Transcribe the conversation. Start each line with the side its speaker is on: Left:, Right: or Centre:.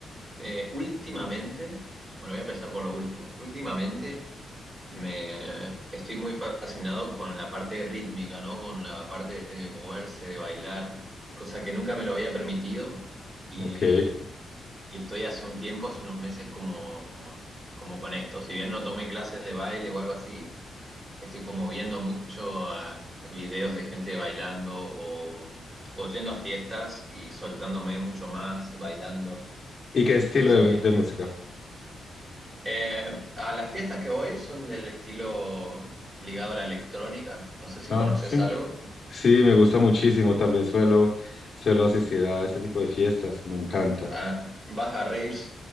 Right: Eh, últimamente, bueno, voy a empezar por lo último. Últimamente me estoy muy fascinado con la parte rítmica, ¿no? Con la parte de moverse, de bailar, cosa que nunca me lo había permitido y,
Left: Ok.
Right: y estoy hace un tiempo, hace unos meses como como con esto. Si bien no tomé clases de baile o algo así, Estoy como viendo mucho a- a videos de gente bailando o, o yendo a fiestas y soltándome mucho más bailando,
Left: ¿Y qué estilo
Right: cosa
Left: de,
Right: que...
Left: de música?
Right: Eh, a las fiestas que voy son del estilo ligado a la electrónica, no sé si
Left: Ah,
Right: conoces
Left: sí.
Right: algo.
Left: Sí, me gusta muchísimo. También suelo, suelo asistir a ese tipo de fiestas. Me encanta.
Right: Ah, vas a raves,